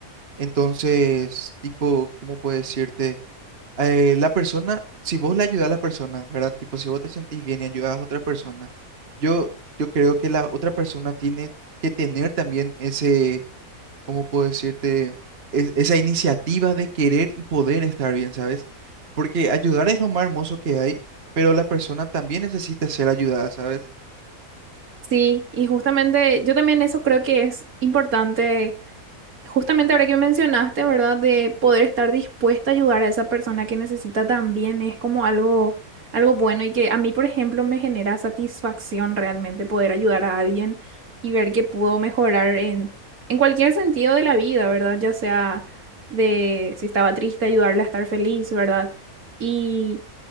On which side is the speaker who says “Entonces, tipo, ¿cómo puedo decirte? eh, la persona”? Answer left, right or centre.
Right